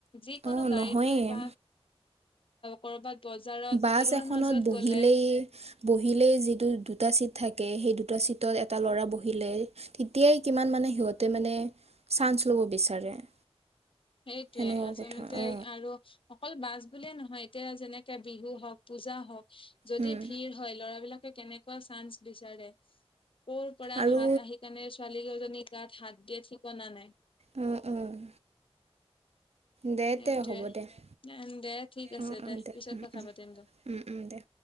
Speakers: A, on the left; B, on the right.
A: যিকোনো
B: অ
A: গাড়ীটো
B: নহয়ে
A: বা কৰবাত বজাৰত
B: বাছ
A: ভিৰৰ
B: এখনত
A: মাজত
B: বহিলেই
A: গ'লে
B: বহিলেই যিটো দুটা চিট <inaudible> সেই দু এটা লৰা বহিলে তেতিয়াই কি মানে সিহ মানে <inaudible> ল'ব বিচাৰে <inaudible>
A: সেইটোয়ে
B: সেনেকুৱা
A: আচলতে
B: কথা অ
A: আৰু অকল বাছ বুলিয়ে নহয় এতিয়া যেনেকে বিহু হওক পূজা হওক যদি
B: উম
A: ভিৰ হয় লৰা বিলাক কেনেকুৱা চানস বিচাৰে কৰ পৰা
B: আৰু
A: হাত আহি কাৰণে ছোৱালী জনী গাত হাত দিয়ে ঠিকনা নাই।
B: উম উম <inaudible> দে
A: সেইটোয়ে
B: তে হ'ব দে <inaudible>
A: দে ঠিক আছে
B: অ',
A: দে
B: অ',
A: পিছত
B: উম,
A: কথা
B: উম,
A: পাতিম। <inaudible>
B: উম, উম, দে